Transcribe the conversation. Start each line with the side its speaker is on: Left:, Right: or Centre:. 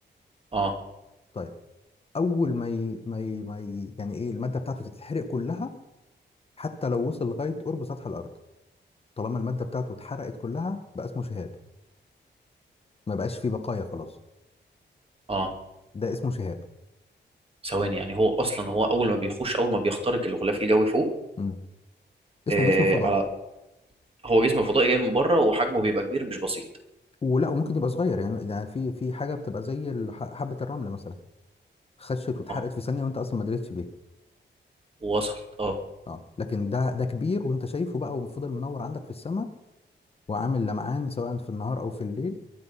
Right: اه
Left: طيب اول ما ي... ما ي... ما ي... يعني ايه الماده بتاعته تتحرق كلها حتى لو وصل لغايه قرب سطح الارض طالما الماده بتاعته اتحرقت كلها بقى اسمه شهاب ما بقاش فيه بقايا خلاص
Right: اه
Left: ده اسمه شهاب
Right: ثواني يعني هو اصلا هو اول ما بيخش اول ما بيخترق الغلاف الجوي فوق
Left: امم اسمه
Right: آه
Left: جسم فضائي
Right: على هو جسم فضائي جاي من بره وحجمه بيبقى كبير مش بسيط
Left: ولا وممكن يبقى صغير يعني يعني في في حاجه بتبقى زي ال- ح- حبه الرمله مثلا خشت واتحرقت
Right: اه
Left: في ثانيه وانت اصلا ما دريتش بيها
Right: وصل اه
Left: اه لكن ده ده كبير وانت شايفه بقى وفضل منور عندك في السماء وعامل لمعان سواء في النهار او في الليل